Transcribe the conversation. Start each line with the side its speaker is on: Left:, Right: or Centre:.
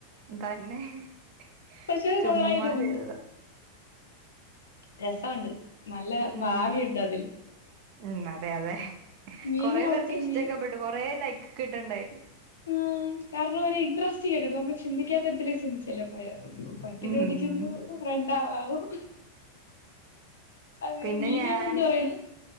Right: തന്നെ ഹ്ഹ്
Left: പക്ഷെ അത്
Right: ചുമ്മാ
Left: കൊള്ളായിരുന്നു
Right: ചെയ്തത്
Left: രസമുണ്ട് നല്ല
Right: ഉം
Left: ഭാവിയുണ്ട് അതിൽ
Right: ഉം അതെ അതെ
Left: മീനുകളൊക്കെ
Right: കൊറെ പേർക്ക് ഇഷ്ടമക്കെ
Left: മീൻ
Right: പെട്ടു കൊറെ ലൈക്ക്ക്കെ ഇട്ടുണ്ടായി
Left: ആ കാരണംര് ഇൻടറ്രസ്റ്റി കേറി നമ്മള് ചിന്തിക്കാത്തരത്തി ചിന്തിച്ചല്ലോ പഴ പറ്റി
Right: ഉം
Left: ചോദിക്കുന്നു
Right: ഉം
Left: ഫ്രണ്ടവും അതോ
Right: പിന്നെ
Left: മീനുകൾ
Right: ഞാൻ
Left: എന്താ പറയുന്നു